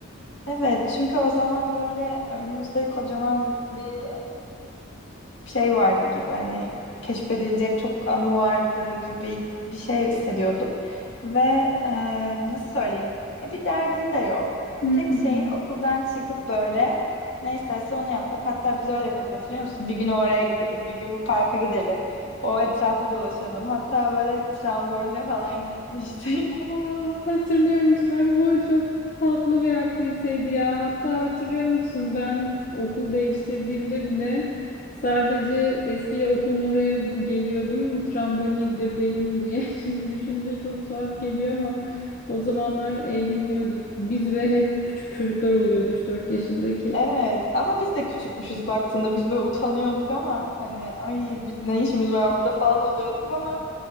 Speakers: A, on the left; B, on the left.
A: Evet çünkü o zaman böyle önümüzde kocaman bir bir şey vardı gibi hani keşfedilecek çok anı vardı gibi bir şey hissediyordum. Ve e, nasıl söyleyeyim? Ya bir derdin de yok.
B: <laughs>
A: Tek şeyin okuldan çıkıp böyle ne isterse onu yapmak. Hatta biz öyle yapıyorduk hatırlıyor musun? Bir gün oraya gidelim, bir gün bu parka gidelim. O etrafı dolaşalım. Hatta böyle tramboline falan gitmiştik. <laughs>
B: Aa, hatırlıyorum Trambol çok tatlı bir aktiviteydi ya. Hatta hatırlıyor musun ben okul değiştirdiğimde bile sadece eski okulun oraya geliyordum tramboline gidebilelim diye. <laughs> Şimdi düşününce çok tuhaf geliyor ama o zamanlar eğleniyorduk. Biz ve hep küçük çocuklar oluyordu 3-4 yaşındaki.
A: Evet ama biz de küçükmüşüz baktığında biz böyle utanıyorduk ama hani ay biz ne işimiz var burada falan oluyorduk ama